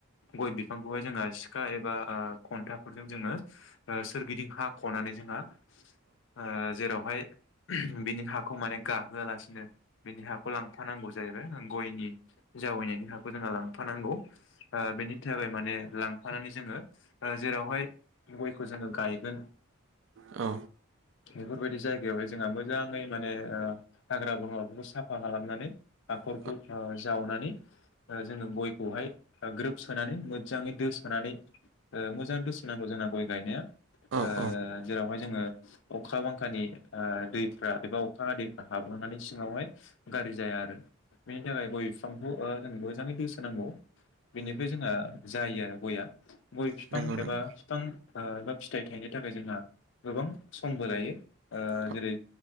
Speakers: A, on the left; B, on the right.
A: गय बिफांखौहाय जोंहा सिखा एबा खन्थाफोरजों जोङो ओ सोरगिदिं हाख'नानै जोंहा ओ जेराव हयाइ बिनि हाखौ माने गाहोआलासिनो बिनि हाखौ लांफानांगौ जाहैबाय ओ गयनि जावैनायनि हाखौ जोंङो लांफानांगौ ओ बिनि थाखाय माने लां फानानै जोङो ओ जेरावहाय गयखौ जोङो गायगोन
B: औ
A: बेफोरबायदि जायगायावहाय जोंहा मोजाङै माने ओ हाग्रा बंग्राफोरखौ साफा खालामनानै हाख'रखौ
B: औ
A: ओ जावनानै ओ जोङो गयखौहाय ओ ग्रोब सोनानै मोजाङै दोसोनानै ओ मोजां दोसो नांगौ जोंना गय गायनाया ओ
B: औ
A: जेरावहाय जोङो अखा बांखानि ओ दैफ्रा एबा अखा हादैफ्रा हाबलांनानै सिङावहाय गाज्रि जाया आरो बेनि थाखाय गय बिफांखौ ओ जों मोजाङै दोसोनांगौ बेनिफ्राय जोंहा जायो आरो गया गय बिफां
B: नंगौ नंगौ
A: एबा बिफां एबा फिथाइ थायनो थाखाय जोंहा गोबां समबो लायो ओ
B: औ
A: जेरै